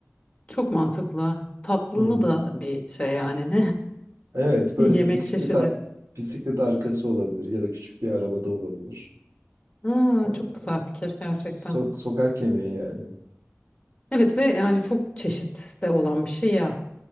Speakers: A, on the left (about 25°); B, on the right (about 85°).
A: çok mantıklı. Tatlılı
B: Hı hı.
A: da bir şey yani.
B: Evet, böyle
A: <laughs> Yemek
B: bir bisiklet
A: çeşidi.
B: a- bisiklet arkası olabilir ya da küçük bir arabada olabilir.
A: Aa,
B: Ee,
A: çok güzel fikir gerçekten.
B: sok sokak yemeği yani.
A: Evet ve yani çok çeşit de olan bir şey ya.